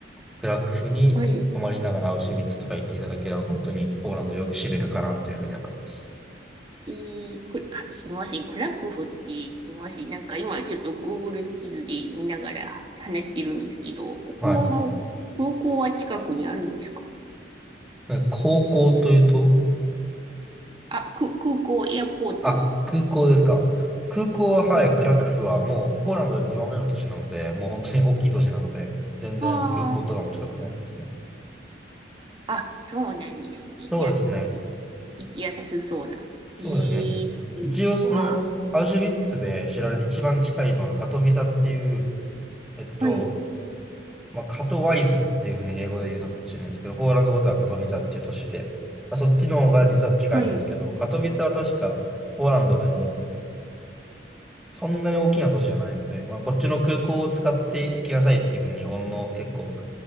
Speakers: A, in the centre; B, on the right.
A: クラクフに泊まりながらアウシュビッツとか行っていただければ、
B: はい、
A: 本当にポーランドよく知れるかなというふうに思います。
B: い、く、あ、すみません。クラクフってすみません。なんか今ちょっと Google 地図で見ながら話してるんですけど、ここも空港は近くにあるんですか
A: はい。で高校というと、
B: あ、く、空港、エアポート。
A: あ、空港ですか。空港は、はい、クラクフは、もう、ポーランドで2番目の都市なので、もう本当に大きい都市なので、全然空港とかも近くにありますね。
B: ああ、あ、そうなんですね。いや、
A: そうですね。
B: 行きやすそうな。
A: そうですね。
B: ええ
A: 一応、その、
B: わ、
A: アウシュビッツで知られ、一番近いのがカトヴィザっていう、えっと、
B: はい、
A: まあ、カトワイスっていうふうに英語で言うのかもしれないですけど、ポーランド語ではカトヴィザっていう都市で、まあ、そっちの方が実は近いんですけど、
B: はい。
A: カトヴィザは確か、ポーランドでも、そんなに大きな都市じゃないので、まあ、こっちの空港を使って行きなさいっていうふうに日本の結構、